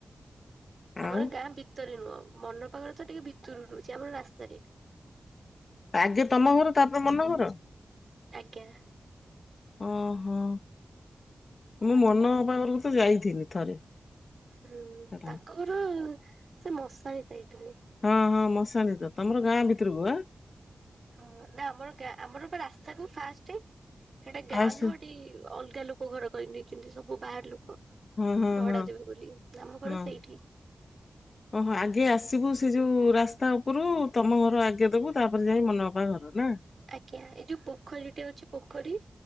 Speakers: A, on the right; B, on the left.
A: ଆମର
B: ଆଉ
A: ଗାଁ ଭିତରେ ନୁହଁ ମନଅପା ଘର ତ ଟିକେ ଭିତରୁ ରହୁଛି ଆମର ରାସ୍ତାରେ।
B: ଆଗେ ତମ ଘର ତାପରେ ମନ ଘର।
A: ଆଜ୍ଞା।
B: ଓହୋ, ମୁଁ ମନଅପା ଘରକୁ ତ ଯାଇଥିଲି ଥରେ।
A: ହୁଁ
B: ହେଲା।
A: ତାଙ୍କ ଘର ସେ ମଶାଣି ସାଇଟ୍ ରେ।
B: ହଁ ହଁ ମଶାଣି ତ ତମର ଗାଁ ଭିତରକୁୁ ଆଁ।
A: ହଁ ନା ଆମର ଗାଁ ଆମର ପା ରାସ୍ତାକୁ ଫାଷ୍ଟେ ସେଟା
B: ଫାଷ୍ଟ
A: ଗାଁ ନୁହଁ ଏଠି ଅଲଗା ଲୋକ। ସବୁ ଘର କରି ନେଇଛନ୍ତି ସବୁ ବାହାରଲୋକ
B: ହଁ ହଁ
A: ଭଡାଦେବେ
B: ହଁ
A: ବୋଲି ଆମଘର
B: ହଁ।
A: ସେଇଠି।
B: <inaudible> ଓହୋ ଆଗେ ଆସିବୁ ସେ ଯୋଉ ରାସ୍ତା ଉପରୁ ତମ ଘର ଆଗେ ଦେବୁ ତାପରେ ଯାଇ ମନଅପା ଘର ନା।
A: ଆଜ୍ଞା ଏଇ ଯୋଉ ପୋଖରୀଟେ ଅଛି ପୋଖରୀ।